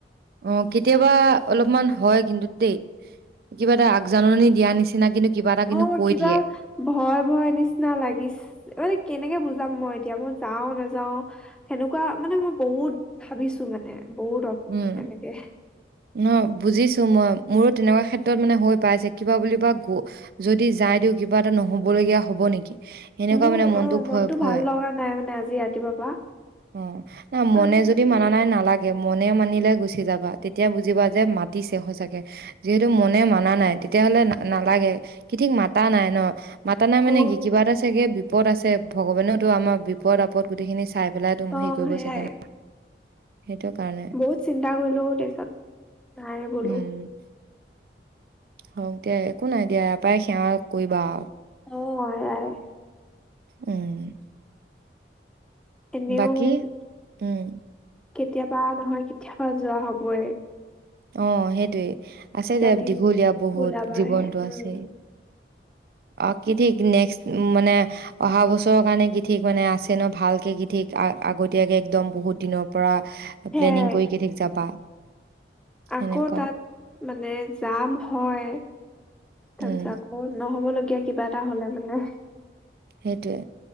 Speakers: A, on the right; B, in the centre.
A: অ কেতিয়াবা, অলপমান হয় কিন্তু দেই কিবা এটা আগজাননী দিয়া নিচিনা। কিন্তু- কিবা এটা কিন্তু
B: অ
A: কৈ
B: কিবা
A: দিয়ে
B: ভয়, ভয় নিচিনা লাগিছে। মানে কেনেকে বুজাব! মই এতিয়া মই যাও-নাযা যা সেনেকুৱা, এনেকুৱা মানে মই বহুত ভাবিছো মানে। বহুত
A: উম
B: সেনেকে।
A: ন বুজিছো মই মোৰো তেনেকুৱা ক্ষেত্ৰত মানে হৈ পাইছে। কিবা বুলিবা যদি যাই দিওঁ, কিবা এটা নহ'বলগীয়া হ'ব নেকি! সেনেকুৱা
B: মোৰ
A: মানে মনতো
B: অ
A: ভয়,
B: মনটো
A: ভয়
B: ভাল লগা নাই মানে আজি ৰাতিপুৱাৰ পৰা
A: অ' ন
B: কাৰণে
A: মনে
B: ভাবিলো
A: যদি মানা নাই নালাগে। মনে মানিলে গুচি যাবা। তেতিয়া বুজিবা যে মাতিছে সচাঁকে, যিহেতু মনে মাননা নাই, তেতিয়াাহলে না নালাগে, কি ঠিক মাতা নাই ন' মাতা নাই মানে
B: অ
A: কি কিবা এটা চাগে- বিপদ আছে ভগৱানেওতো আমাৰ বিপদ আপদ গোটেইখিনি চাই পেলাই তো
B: অ
A: হেৰি কৰিব
B: সেয়াই
A: চাগে ন! সেইটো। কাৰণে
B: বহুত চিন্তা কৰিলো, তাৰপিছত- নাই বোলো
A: উম' হওক দিয়া একো নাই দিয়া, ইয়াৰ পৰাই সেৱা কৰিবা আও
B: অ এয়াই
A: উম
B: এনেও-
A: বাকী উম'
B: কেতিয়াবা নহয় কেতিয়াবা যোৱা হ'বই।
A: অ সেইটোৱে। আছে
B: যদি
A: দে দীঘলীয়া বহুত
B: ওলাবাহে
A: জীৱনটো
B: উম
A: আছেই। অ কি ঠিক।, নেক্সট মানে অহা বছৰৰ কাৰণে কি ঠিক মানে আছে ন ভালকে কি ঠিক আগতীয়াকে একদম বহুত দিনৰ পৰা
B: সেয়াই
A: প্লেনিং কৰি কি ঠিক যাবা। সেনেকুৱা
B: আকৌ তাত মানে যাম হয়, তাৰ
A: উম,
B: পিছত আকৌ নহবলগীয়া তেতিয়া কিবা এটা হলে মানে
A: সেইটোৱে।